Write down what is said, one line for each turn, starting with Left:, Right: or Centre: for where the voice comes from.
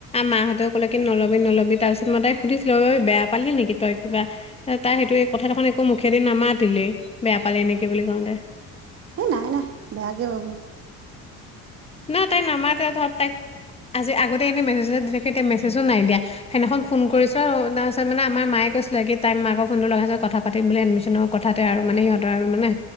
Left: মাহঁতেও ক'লে কি নলবি নলবি তাৰপিছত মই তাইক সুধিছিলো বেয়া পালি নেকি তই কিবা ত তাই সেইটো কথা দে একো মুখেদি নামাতি দলেই বেয়া পালে এনেকে বুলি কওঁতে।
Right: সেই নাই নাই বেয়া কিয় হৈ গল।
Left: ন তাইক নামাতে ধৰক তাইক আজি আগতে এনেই মেছেজত দি থাকেতি মেছেজো নাইয়া সেইদিনাখন ফোন কৰিছিলো আৰু তাৰপিছ মানে আমাৰ মায়ে কৈছিলে কি তাই মাকৰ ফোনটো লগাইত কথা পাতিম বুলি এডমিশ্যননৰ কথাতে আৰু মানে সিহঁৰ আৰু মানে।